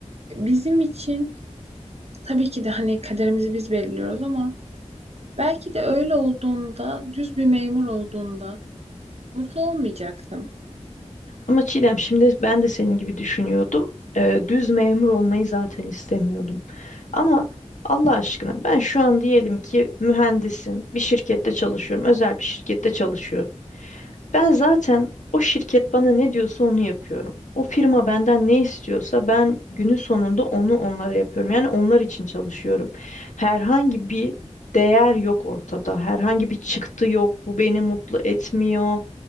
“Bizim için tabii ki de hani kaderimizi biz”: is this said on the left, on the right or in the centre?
Right